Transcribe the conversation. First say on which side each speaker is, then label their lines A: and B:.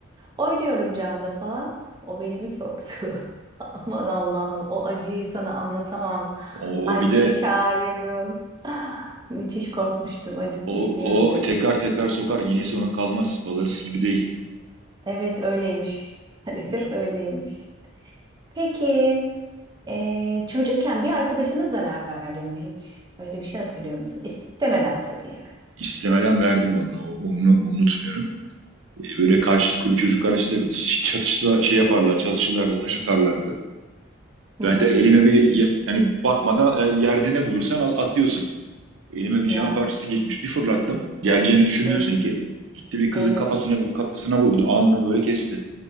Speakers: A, on the right; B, on the right.
A: Oynuyorum camda falan. O beni bir soktu. <laughs> Aman Allah'ım o acıyı sana anlatamam.
B: O,
A: Annemi
B: o bir de
A: çağırıyorum. <gasps> Ah, Müthiş korkmuştum, acıtmıştı
B: o,
A: yani canımı.
B: o tekrar tekrar sokar. İğnesi onun kalmaz. Balarısı gibi değil.
A: Evet öyleymiş. Maalesef
B: Ya,
A: öyleymiş. Peki. Ee, çocukken bir arkadaşına zarar verdin mi hiç? Öyle bir şey hatırlıyor musun? İstemeden tabii yani.
B: istemeden verdim vallahi. O- Onu unutmuyorum. E, Böyle karşılıklı bir çocuklar işte çatışla şey yaparlar. Çatışırlardı, taş atarlardı.
A: Hı
B: Ben
A: hı.
B: de elime bir yani bakmadan e, yerde ne bulursan al, atıyorsun. Elime bir
A: Ya,
B: cam parçası geçmiş. Bir fırlattım. Geleceğini düşünmüyorsun
A: e,
B: ki. Gitti bir kızın
A: evet.
B: kafasına kafasına vurdu. Alnını böyle kesti.